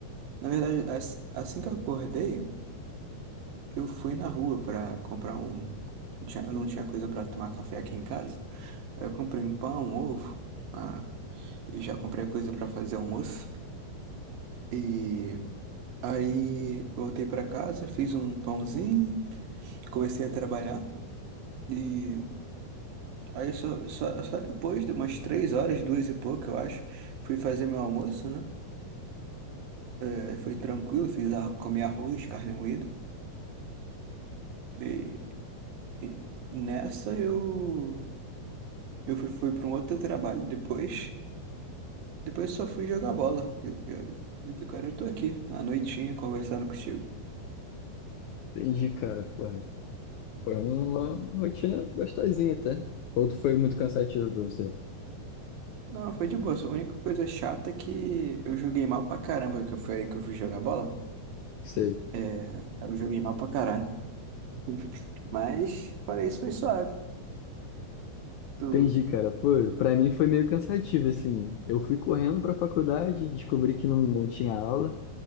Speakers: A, on the right; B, on the left.
A: Na verdade, ass- assim que eu acordei, Eu fui na rua pra comprar um. não tinha- Eu não tinha coisa pra tomar café aqui em casa. Aí eu comprei um pão, um ovo, ah, e já comprei a coisa pra fazer almoço. E aí voltei pra casa, fiz um pãozinho, comecei a trabalhar. E aí só, só, só depois de umas três horas, duas e pouco, eu acho, fui fazer meu almoço, né? É, foi tranquilo, fiz a, comi arroz, carne moída. E, e nessa eu, eu fui, fui para um outro trabalho depois. Depois eu só fui jogar bola. Eu- eu- agora eu tô aqui, à noitinha, conversando contigo.
B: Entendi, cara. Porra. Foi uma rotina gostosinha, tá? Ou tu foi muito cansativo pra você?
A: Não, foi de boa. só A única coisa chata é que eu joguei mal pra caramba, que eu falei que eu fui jogar bola.
B: Sei.
A: É, eu joguei mal pra caralho. <laughs> Mas, fora isso, foi suave. Tu...
B: Entendi, cara. Pô, pra mim foi meio cansativo, assim. Eu fui correndo pra faculdade, descobri que não, não tinha aula.